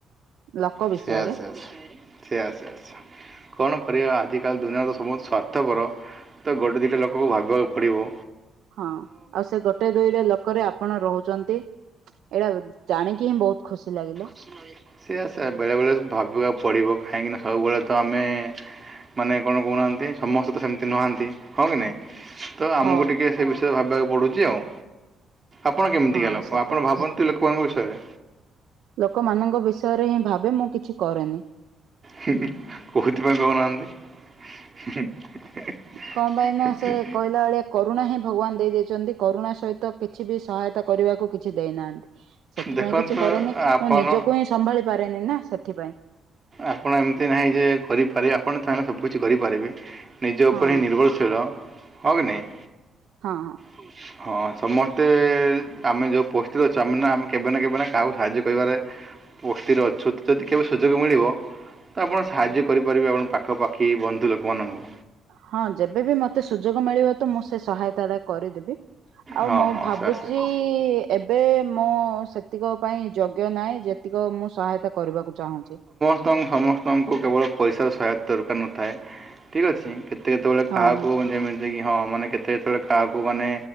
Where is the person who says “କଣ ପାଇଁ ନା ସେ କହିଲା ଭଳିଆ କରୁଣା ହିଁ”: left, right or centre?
Right